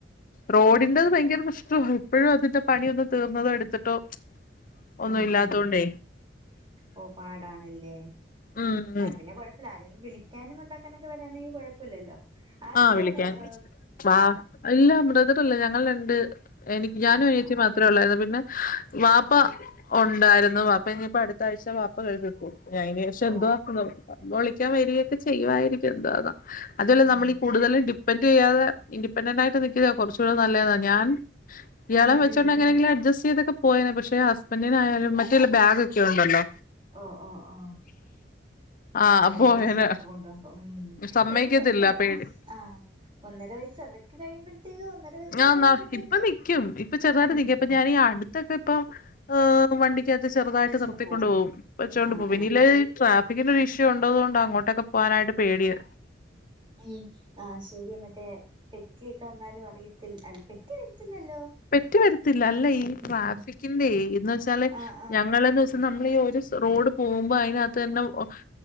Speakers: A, on the left; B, on the right.
A: റോഡിന്റെത് ഭയങ്കര പ്രശ്ന ഇപ്പോഴും അതിന്റെ പണി ഒന്ന് തീർന്നതോ എടുത്തിട്ടോ ഒന്നും
B: ഉം
A: ഇല്ലത്തോണ്ടേ
B: ഉം ഉം ഓ പാടാണല്ലേ
A: ഉം
B: ആഹ് പിന്നെ കൊഴപ്പില്ല ആരെങ്കിലും വിളി വിളിക്കാനും കൊണ്ടാക്കാനൊക്കെ വരാനെങ്കിൽ കുഴപ്പമില്ലല്ലോ ആരുണ്ട്
A: ആഹ് വിളിക്കാൻ
B: അവിടെ ആ
A: വാ ഇല്ല ബ്രദറില്ല ഞങ്ങൾ രണ്ട് എനിക്ക് ഞാനും
B: ആ
A: അനിയത്തിയും
B: ആ
A: മാത്ര മാത്രയുള്ളായിരുന്നു പിന്നെ വാപ്പ
B: പാപ്പ
A: ഉണ്ടായിരുന്നു വാപ്പ ഇനിയിപ്പോ അടുത്ത ആഴ്ച വാപ്പ ഗൾഫിൽ പോകും അതിന് ശേഷം
B: ഓ
A: എന്താക്കുന്ന മാ വിളിക്കാൻ വരികയൊക്കെ ചെയ്യ് വാരിക്കും എന്തുവാന്ന അതോല്ലെ
B: ഉം
A: നമ്മളീ ടിപെൻ്റ് ചെയ്യാതെ ഇൻഡിപ്പെൻ്റെൻ്റ് ആയി നി താ കുറച്ചുകൂടെ നല്ലതാ
B: ഓ
A: ഞാൻ ഇയാളെം
B: ഉം
A: വെച്ചോങ്ങനെങ്കിലും
B: ഉം ഉം
A: അഡ്ജസ്റ്റ് ചെയ്തൊക്കെ പോയനെ പക്ഷെ ഹസ്ബന്റഡിനായാലും മറ്റേല്ല ബാഗ് ഒക്കെണ്ടല്ലോ
B: ഓ ഓ ഓ
A: ആഹ് അപ്പോയനെ
B: അലകേഷ് അവിടക്ക് കൊണ്ടോകുമ്പോ ഉം
A: സമ്മയ്ക്കത്തില്ല
B: അതിന് കൊഴപ്പല്ല
A: പേടി
B: പ്പം ആഹ് ഒന്നര വയസ്സ് അതൊക്കെ കഴിയുമ്പോഴത്തേക്കും ഒന്നര വയസ്സൊക്കെ
A: ആഹ്
B: കഴിയുമ്പോഴത്തേക്ക്
A: ന ഇപ്പൊ നിക്കും ഇപ്പൊ ചെറുതായിട്ട്
B: ഉം
A: നിക്കും അപ്പൊ
B: ഉം
A: ഞാനീ അടുത്തൊക്കെ ഇപ്പൊ വണ്ടിക്ക് തിനത്ത് ചെറുതായിട്ട്
B: വെച്ചോണ്ട്
A: നിർത്തിക്കൊണ്ട്
B: പോവും
A: പോകും വച്ചോണ്ട്
B: ആ
A: പോകും പിന്നില്
B: ആ ആ
A: ട്രാഫിക്കിന്റെ ഒരു ഇഷ്യൂ ഉണ്ടെത് കൊണ്ട് അങ്ങോട്ടൊക്കെ പോവാനായി പേടിയാ
B: ഉം ആഹ് ശരിയ മറ്റേ പെറ്റിയൊക്കെ വന്നാലും അറിയത്തില്ല അല്ല പെറ്റി വരത്തില്ലല്ലോ?
A: പെറ്റി വരത്തില്ല അല്ല ഈ
B: ഉം
A: ട്രാഫിക്കിന്റെ
B: ഉം
A: എന്ന് വെച്ചാല്
B: ആ ആ
A: ഞങ്ങളെന്ന് വച്ചാല് നമ്മൾ ഈ ഒരു റോഡ് പോകുമ്പോ അതിനകത്തു തന്നെ വാ